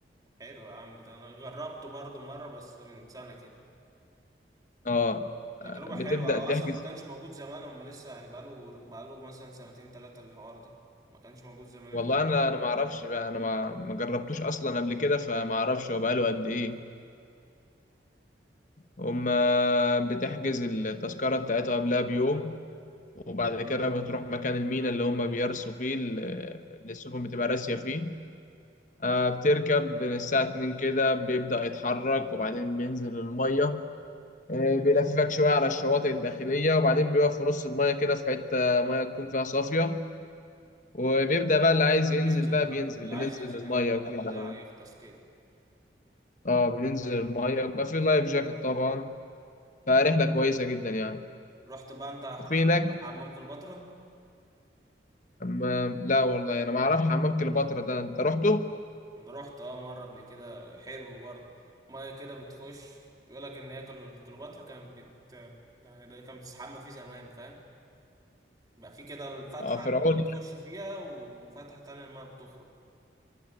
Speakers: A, on the right; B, on the left.
A: حلو يا عم ده انا جربته برضو مرة بس من سنة كده
B: اه
A: تجربة
B: آه، بتبدأ
A: حلوة هو
B: تحجز
A: اصلا ما كانش موجود زمان هما لسه يعني بقاله بقاله مثلا سنتين تلاتة الحوار ده ما كانش موجود زمان
B: والله انا انا ما اعرفش بقى انا ما ما جربتوش اصلا قبل كده فما اعرفش هو بقاله قد ايه هم بتحجز التذكرة بتاعتها قبلها بيوم وبعد كده بتروح مكان المينا اللي هم بيرسوا فيه ال- اللي السفن بتبقى راسية فيه آه، بتركب من الساعة 2 كده بيبدأ يتحرك وبعدين بينزل المية آه، بيلففك شوية على الشواطئ الداخلية وبعدين بيقف في نص المية كده في حتة مية تكون فيها صافية وبيبدأ بقى اللي عايز ينزل
A: ينزل
B: بقى
A: بقى
B: بينزل
A: اللي
B: بننزل
A: عايز ينزل
B: ينزل المية
A: يعوم
B: المية وكده
A: بتاع
B: اه
A: يغطس كده
B: آه، بننزل المية وبقى في لايف جاكيت طبعا فرحلة كويسة جدا يعني
A: رحت بقى انت رحت
B: وفي هناك
A: حمام كليوباترا
B: حمام لا والله أنا ما أعرفش حمام كليوباترا ده أنت رحته؟
A: انا رحت اه مرة قبل كده حلو برضه مية كده بتخش يقول لك ان هي كل- كليوباترا كانت بت يعني ده كانت بتستحمى فيه زمان فاهم بقى في كده فتحة
B: اه فرعوني
A: المايه بتخش
B: يعني.
A: فيها وفتحة تانية المايه بتخرج